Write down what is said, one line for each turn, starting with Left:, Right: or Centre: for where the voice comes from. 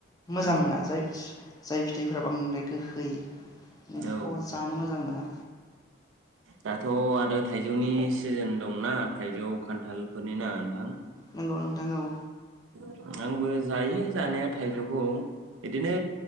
Left: मोजां
Right: ओं
Left: मोना जाय जाय फिथाइफोरा बांद्राय गोखै गोखै
Right: औ
Left: <unintelligible> <unintelligible> जानो मोजां मोना।
Right: दाथ' आरो थाइजौनि सिजोन दंना थाइजौ खान्थालफोरनि ना नोंथां?
Left: नंगौ नोंथां औ।
Right: आंबो जायो जानाया थाइजौखौ बिदिनो